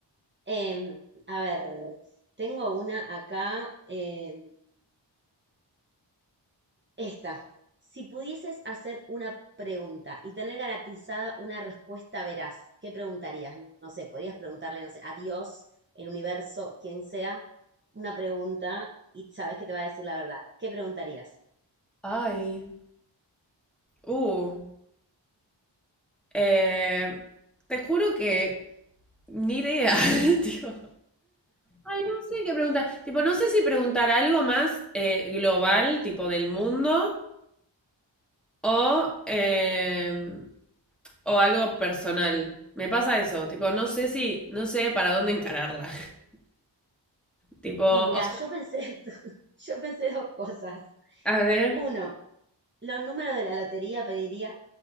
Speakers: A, on the right (about 25°); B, in the centre.
A: Em, a ver, tengo una acá. em, Esta, si pudieses hacer una pregunta y tener garantizada una respuesta veraz, ¿qué preguntarías? No sé, podrías preguntarle, no sé, a Dios, el universo, quien sea, una pregunta y sabes que te va a decir la verdad. ¿Qué preguntarías?
B: Ay, uh, eh, te juro que ni idea, <laughs> tío. Ay, no sé qué preguntar. Tipo, no sé si preguntar algo más eh, global, tipo del mundo, O, eh, o algo personal. Me pasa eso, tipo, no sé si, no sé para dónde encararla. <laughs> Tipo, o
A: Y mirá,
B: sea,
A: yo pensé, <laughs> yo pensé dos cosas.
B: a ver.
A: Uno, los números de la lotería pediría,